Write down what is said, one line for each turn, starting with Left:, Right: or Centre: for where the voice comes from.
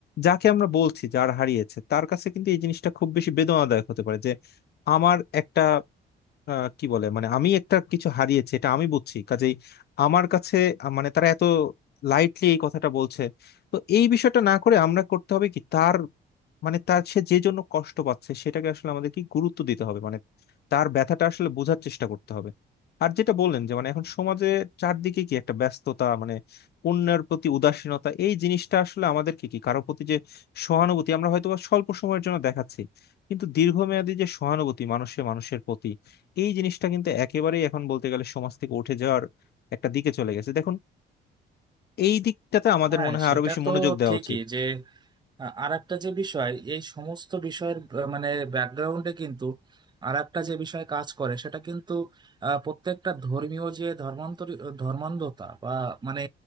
Left: যাকে আমরা বলছি যার হারিয়েছে তার কাছে কিন্তু এই জিনিসটা খুব বেশি বেদনাদায়ক হতে পারে যে আমার একটা আহ, কি বলে মানে আমি একটা কিছু হারিয়েছি এটা আমি বুঝছি কাজেই আমার কাছে আহ, মানে তারা এত লাইটলি এই কথাটা বলছে তো এই বিষয়টা না করে আমরা করতে হবে কি তার মানে তার সে যে জন্য কষ্ট পাচ্ছে সেটাকে আসলে আমাদের কি গুরুত্ব দিতে হবে মানে তার ব্যথাটা আসলে বোঝার চেষ্টা করতে হবে আর যেটা বললেন যে মানে এখন সমাজে চারদিকে কি একটা ব্যস্ততা মানে অন্যের প্রতি উদাসীনতা এই জিনিসটা আসলে আমাদেরকে কি কারোর প্রতি যে সহানুভূতি আমরা হয়তো বা স্বল্প সময়ের জন্য দেখাচ্ছি কিন্তু দীর্ঘমেয়াদী যে সহানুভূতি মানুষে মানুষের প্রতি এই জিনিসটা কিন্তু একেবারেই এখন বলতে গেলে সমাজ থেকে উঠে যাওয়ার একটা দিকে চলে গেছে দেখুন এই দিকটাতে আমাদের
Right: হ্যাঁ
Left: মনে হয়
Right: সেটা
Left: আরো বেশি
Right: তো
Left: মনোযোগ দেওয়া
Right: ঠিকই
Left: উচিত
Right: যে আর একটা যে বিষয় এই সমস্ত বিষয়ের আহ, মানে ব্যাকগ্রাউন্ডে কিন্তু আর একটা যে বিষয় কাজ করে সেটা কিন্তু আহ, প্রত্যেকটা ধর্মীয় যে ধর্মান্তর ধর্মান্ধতা বা মানে